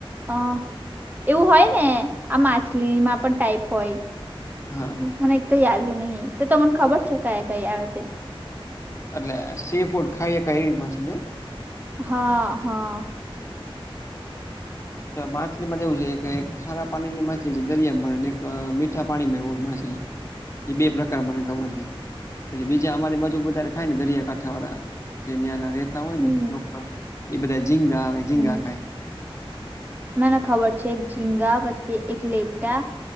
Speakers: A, on the right (about 20°); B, on the left (about 30°).
A: અ એવું હોય ને, આ માછલીમાં પણ ટાાઈપ હોય.
B: હા.
A: મને એક તો યાદ હોય નહિં, તો તમને ખબર છે કયા કયા આવે છે?
B: એટલે સી ફૂડ ખાઈએ એવી મછલી
A: હા, હા.
B: માછલી માં એવું છે કે, ખારા પાણી ની માછલી દરિયાની, એક મીઠા પાણીમાં એવું માછલી એ બે પ્રકાર મને ખબર છે. પછી બીજા અમારી બાજુ વધારે ખાય ને, દરિયાકાંઠા વાળા જયાંના હોય
A: હમ
B: ને, એ બધા ઝીંગા આવે, ઝીંગા
A: હમ
B: ખાય.
A: મને ખબર છે, એક ઝીંગા પછી એક લેપટા